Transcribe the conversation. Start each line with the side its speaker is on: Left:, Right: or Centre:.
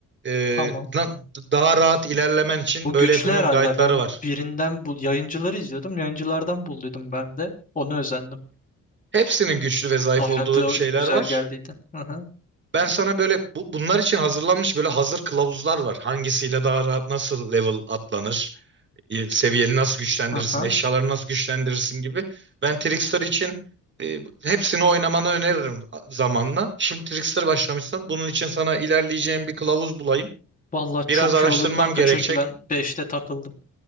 Right: Ee,
Left: Tamam.
Right: na- daha rahat ilerlemen için
Left: Bu
Right: böyle
Left: güçlü
Right: bunun
Left: herhalde.
Right: guide'ları
Left: Ben
Right: var.
Left: birinden bu yayıncıları izliyordum. Yayıncılardan bulduydum ben de. Onu özendim.
Right: Hepsinin güçlü ve zayıf
Left: Oynadığı
Right: olduğu şeyler
Left: güzel
Right: var.
Left: geldiydi. Aha.
Right: Ben sana böyle bu, bunlar için hazırlanmış böyle hazır kılavuzlar var. Hangisiyle daha rahat nasıl level atlanır, e, seviyeni nasıl güçlendirirsin,
Left: Aha.
Right: eşyaları nasıl güçlendirirsin gibi. Ben Trickster için e, hepsini oynamanı öneririm a- zamanla. Şimdi Trickster başlamışsın. Bunun için sana ilerleyeceğim bir kılavuz bulayım.
Left: Vallahi
Right: Biraz
Left: çok
Right: araştırmam
Left: iyi olur kanka
Right: gerekecek.
Left: çünkü ben beşte takıldım.